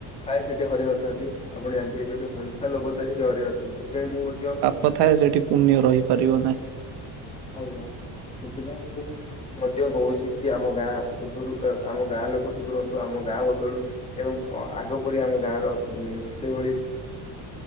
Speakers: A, on the left; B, on the right.
A: ଥାଏ ସେଠି ହରି ନଥାନ୍ତି ଆପଣ ଜାଣିଥିବେ ଯୋଉଠି ସଂସା ଲୋଭତା ସେଠି ହରି ନଥାନ୍ତି ସେଥିପାଇଁ ମୁଁ ମଧ୍ୟ
B: କଥାଏ ସେଇଠି ପୁଣ୍ୟ ରହିପାରିବ ନାହିଁ
A: ଆଜ୍ଞା ସେଥିପାଇଁ ମୁଁ ମଧ୍ୟ କହୁଛି କି ଆମ ଗାଁ ସୁଧରୁ ଆମ ଗାଁ ଲୋକ ସୁଧରନ୍ତୁ ଆମ ଗାଁ ବଦଳୁ। ଏବଂ ଆଗ ପରି ଆମ ଗାଁ ର ଉ ସେଇଭଳି